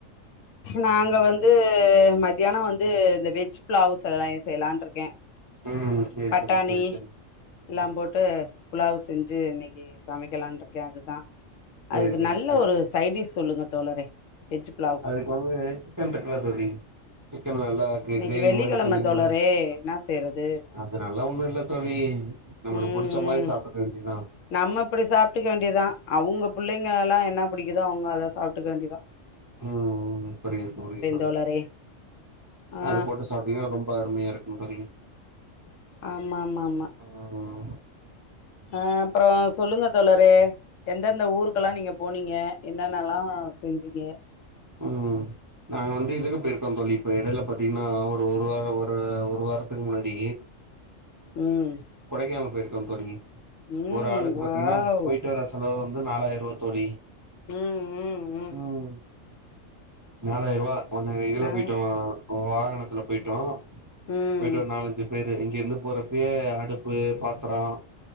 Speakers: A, on the left (about 75°); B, on the right (about 20°).
A: நாங்க வந்து மத்தியான வந்து இந்த வெஜ் பிளாவ்ஸ் எல்லா செய்யலானு இருக்கே
B: ம் சேரி
A: பட்டாணி
B: தோழி சேரி தோழி
A: எல்லா
B: ம்
A: போட்டு புலாவ் செஞ்சு இன்னை ம் சமைக்கலான் இருக்கே அதுதா
B: சேரி
A: அதுக்கு
B: தோழி
A: நல்ல
B: சேரி
A: ஒரு சைடிஸ் சொல்லுங்க தோழரே வெஜ்ப்
B: அதுக்கு வந்து சிக்கன் டிருக்குள்ளா தோழி சிக்கன் நல்லா இருக்கு
A: இன்னைக்கு
B: கிரேவி
A: வெள்ளிக்கிழம
B: மாரி பண்ணிங்ன
A: தோழரே என்ன செய்யறது
B: அதுனாலா ஒண்ணும் இல்ல தோழி நம்மளுக்கு
A: ம்
B: புடிச்ச
A: ம்
B: மாரி சாப்டுக்க வேண்டியதுதா
A: நம்ம இப்டி சாப்டுக்க வேண்டிய தா அவுங்க புள் பிள்ளைங்க அததெல்லா என்ன புடிக்குதோ அவுங்க அத சாப்டுக்க வேண்டிதா
B: ம் ம் புரிது புரிது தோழி
A: தோழரே ஆ
B: அது போட்டு சாப்டீங்கன்னா ரொம்ப அருமையா இருக்கும் தோழி
A: ஆமா மாமா
B: ம்
A: ஆ அப்பறோ சொல்லுங்க தோழரே எந்தெந்த ஊருக்கெல்லா நீங்க போனீங்க என்னன்னலா செஞ்சீங்க
B: ம் நாங்க வந்து இதுக்கு போயிருக்கோ தோழி இப்ப எடெல பாத்தீங்னா ஒரு ஒரு வாரோ ஒரு வாரத்துக்கு முன்னாடி
A: ம்
B: கொடைக்கானல் போய்ரு நம் தோலி
A: ம்
B: ஒரு ஆளுக்கு
A: வாவ்
B: பாத்தீங்கனா போய்ட்டு வர செலவு வந் து நாலாயிர ரூவா தோழி
A: ம் ம்
B: ம் நாலாயிர ரூவா ஒன்னு இதுல
A: ஆ
B: போய்டோ வாகனத்துல பேய்ட்டோ
A: ம்
B: போய்ட்டு ஒரு நாலஞ்சுப் பேரு இங்க இருந்து போறப்யே அடுப்பு பாத்ரோ